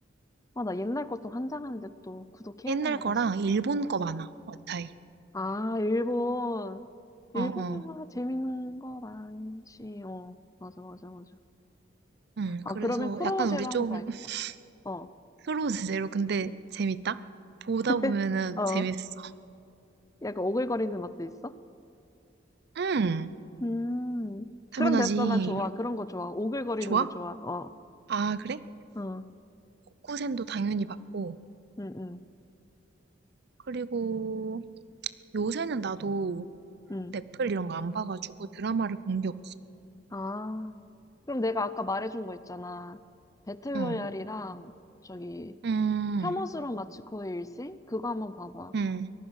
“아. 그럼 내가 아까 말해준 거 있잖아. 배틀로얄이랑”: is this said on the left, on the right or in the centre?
Left